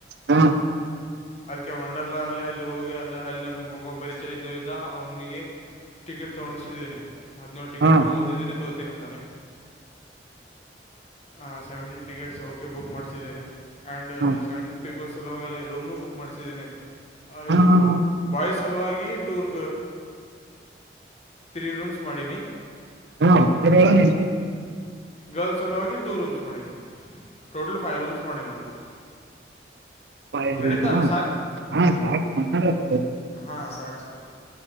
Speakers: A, on the right (about 75°); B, on the left (about 35°).
A: ಹು ಹಾ! <inaudible>
B: ಅದಕ್ಕೆ ವಂಡರ್ಲಾ ಅಲ್ಲಿ ಅಲ್ಲಿ ಹೋಗಿ ಅಲ್ಲ ಅಲ್ಲಿ. ನಮ್ಮ ಒಬ್ಬ ಪರಿಚಯ ಇದ್ದ ಇದ್ದ ಅವನಿಗೆ? <inaudible> ಟಿಕೆಟ್ ತಗೋಳಕ್ಕೆ ಕುಂಡುಶುಧಿನಿ ಹಾಧಿಯೇನೂಲ್! ಟಿಕೆಟ್
A: ಹಾ
B: ತಗೊಂಡಿದ್ದೇನೆ ಅನುದಿಧಿನಿ! <inaudible> ಹ ಸೆವೆಂಟೀನ್ ಟಿಕೆಟ್ಸ್ ಓಕೆ ಬುಕ್ ಮಾಡಸಿದಿನಿ ಅಂಡ್
A: ಹಾ
B: ಸೆವೆಂಟನ್ ಪೀಪಲ್ಸ್. <inaudible> ಚಲುವಾಗಲೇ ರೂಮ್ನು ಬುಕ್ ಮಾಡಿಸಿದ್ದೇನೆ
A: ಹಾ
B: ಇದು?
A: ಹಾ
B: <inaudible> ಬಾಯ್ಸ್ ಹಲಾಗಿ ಟೂರ್! ತ್ರೀ ರೂಮ್ಸ್ ಮಾಡೀನಿ. <inaudible>
A: ಹಾ ಬೇರೆ ಏನು ನಡೆಯಿತು? <inaudible>
B: ಗರ್ಲ್ಸ್ ಸಲುವಾಗಿ ಟೂ ರೂಮ್ಸ್ ಮಾಡೀನಿ! ಟೋಟಲ್ ಫೈವ್ ರೂಮ್ಸ್ ಮಾಡಿನಿ ನೋಡಿ ಬುಕ್. <inaudible>
A: ಫೈವ್
B: ನಡೀತಲ್ಲ
A: ರೂಮ ಆ ಸಾಕು ಮತ್ತೆ? <inaudible>
B: ಹಾ ಸಾಕೂ ಸಾಕು? <inaudible>